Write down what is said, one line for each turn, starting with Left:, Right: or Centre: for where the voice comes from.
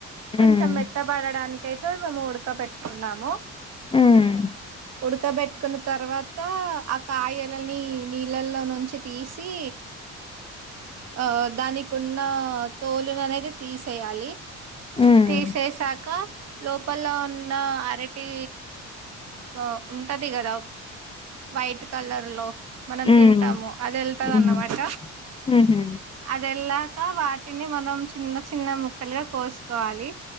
Right: కొంచం
Left: ఉమ్
Right: మెత్తబడడానికైతే మేము ఉడక పెట్టుకున్నాము
Left: ఉమ్
Right: ఉడకబెట్టుకున్న తర్వాత ఆ కాయలని నీళ్ళల్లో నుంచి తీసి ఆ దానికున్న తోలును అనేది తీసేయాలి
Left: ఉమ్
Right: తీసేశాక లోపల ఉన్న అరటీ ఒ ఉంటది కదా వైట్ కలర్ లో మనం
Left: ఉమ్
Right: తింటాము అది ఎళ్తందన్నమాట
Left: ఉమ్ ఉహు
Right: అది ఎల్లా క వాటిని మనం చిన్న చిన్న ముక్కలుగా కోస్కోవాలి